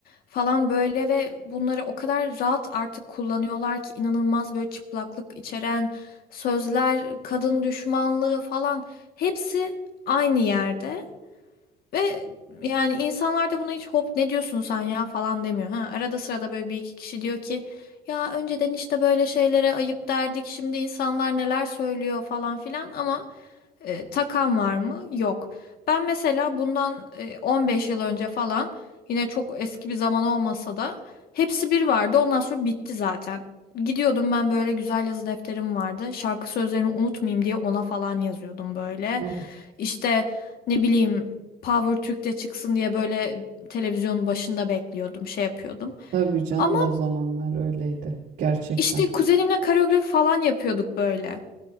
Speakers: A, on the left; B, on the right.
A: falan böyle ve bunları o kadar rahat artık kullanıyorlar ki inanılmaz böyle çıplaklık içeren sözler, kadın düşmanlığı falan hepsi aynı yerde. Ve yani insanlar da buna hiç hop ne diyorsun sen ya falan demiyor. Ha, arada sırada böyle bir iki kişi diyor ki ya önceden işte böyle şeylere ayıp derdik şimdi insanlar neler söylüyor falan filan ama e, takan var mı? Yok. Ben mesela bundan e, 15 yıl önce falan yine çok eski bir zaman olmasa da hepsi bir vardı. Ondan sonra bitti zaten. Gidiyordum ben böyle güzel yazı defterim vardı. Şarkı sözlerini unutmayayım diye ona falan yazıyordum böyle.
B: Evet
A: İşte ne bileyim Power Türk'te çıksın diye böyle televizyonun başında bekliyordum, şey yapıyordum.
B: tabii canım
A: Ama
B: o zamanlar öyleydi gerçekten.
A: işte kuzenimle koreografi falan yapıyorduk böyle